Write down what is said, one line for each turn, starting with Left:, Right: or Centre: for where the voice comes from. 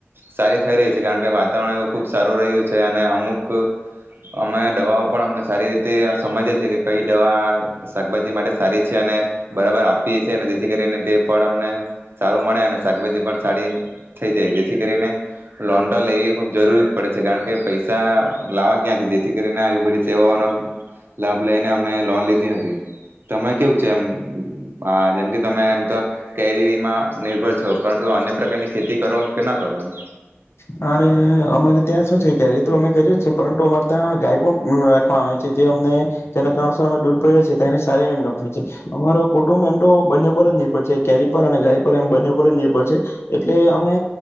Right: સારી થઈ રહી છે કારણ કે વાતાવરણ એવ ખુબ સારું રહ્યું છે અને અમુક અમે દવાઓ પણ અમને સારી રી સમજે છે કે કઈ દવા શાકભાજી માટે સારી છે અને બરાબર આપી છે અને જેથી કરીને તે ફળ અમને સારું મળે અને શાકભાજી પણ સારી થઈ જાય, જેથી કરીને લોન તો લેવી ખૂબ જરૂર પડે છે કારણ કે પૈસા લાવવા ક્યાંથી જેથી કરીને આવી બધી સેવાઓનો. લાભ લઈને અમે લોન લીધી હતી તમે કેવું છે એમ આ જેમ કે તમે એમ તો કેરીમાં નિર્ભર છો પરંતુ અન્ય પ્રકારની ખેતી કરો કે ના કરો એમ?
Left: અરે અમારે ત્યાં શું છે કેરી તો અમે કરીએ જ છે પરંતુ અમારે ત્યાં ગાય પણ રાખવા આવે છે, જે અમને જેના કારણસર અ દૂર પડ છી સ ઇમ થાય છે અમારો કુટુંબ એમ તો બંને પર જ નિર્ભર છે કેરી પર અને ગાય પર એમ બંને પરજ નિર્ભર છે એટલે અમે